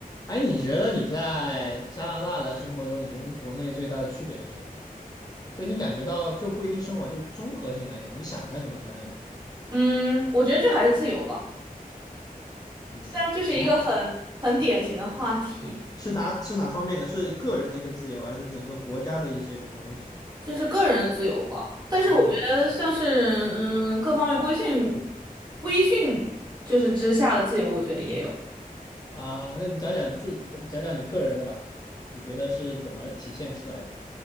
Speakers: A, on the left; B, on the right.
A: 哎，你觉得你在加拿大来生活中，你觉得跟国内最大的区别是什么？就你感觉到就不一定生活，就综合性来讲，你想谈什么谈论什
B: 嗯，我觉得这还是自由吧。
A: 么。
B: 虽然这是一个很很典型的话题，
A: 嗯，从是哪是哪方面的？是个人的一个自由，还是整个国家的一些什么东西
B: 就是个人的自由吧，但是我觉得像是嗯各方面规训规训就是之下的自由，
A: 啊？OK
B: 我觉得也有。
A: 啊，那你讲讲最讲讲你个人的吧，你觉得是怎么体现出来的？